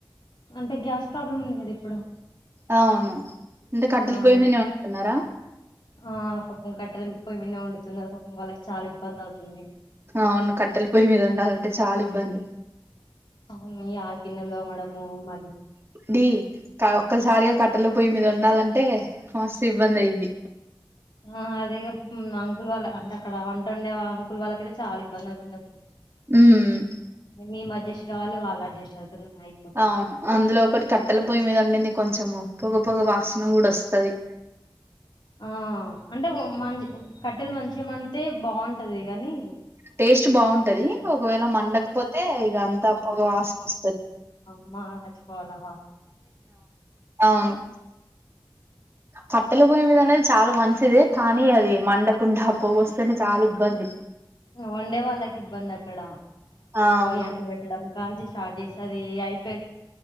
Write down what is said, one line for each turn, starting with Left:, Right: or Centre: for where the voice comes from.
Left: అంటే గ్యాస్ ప్రాబ్లమ్ ఉంది కదా ఇప్పుడు
Right: అవును అంటే కట్టెలు
Left: ఆ
Right: పొయ్యి
Left: అందు
Right: మీదె వండుతున్నారా
Left: ఆ పాపం కట్టెల పొయ్యిమీద నే వండుతున్నారు పాపం వాళ్ళకి చాలా ఇబ్బంది అవుతుంది
Right: అవును కట్టెల పొయ్యి మీద ఉండాలంటే చాలా ఇబ్బంది
Left: అవును ఈ ఆ గిన్నెలు తోమడము మళ్ళీ
Right: డి క ఒక్కసారిగ కట్టల పొయ్యి మీద ఉండాలంటే మస్తు ఇబ్బంది అయిద్ది
Left: ఆ అదే అంకుల్ వాళ్ళ అంటే అక్కడ వంట ఉండే అంకుల్ వాళ్ళకైతే చాలా ఇబ్బంది అవుతుంది అసలు
Right: ఊమ్
Left: మీ మధ్యస్ వాళ్ళు వాళ్ళు <unintelligible> అవుతున్నారు అయిపో
Right: అవును అందులో ఒకటి కట్టల పొయ్యి మీద ఉండింది కొంచెము పొగ పొగ వాసన కూడా వస్తది
Left: ఆ అంటే మం కట్టెలు మంచిగ మండితే బాగుంటది కానీ
Right: టేస్ట్ బాగుంటది ఒకవేళ మండకపోతే ఇక అంతా పొగ వాసన వస్తది
Left: అమ్ చచ్చిపోవాలా
Right: అవును కట్టెల పొయ్యి మీద చాలా మంచిదే కానీ అది మండకుండా పొగొస్తేనే చాలా ఇబ్బంది
Left: వండే వాళ్ళకి ఇబ్బంది అక్కడ
Right: ఆ అవును
Left: పొయి అంట పెట్టడం కాంచి స్టార్ట్ చేస్తాది అయి ప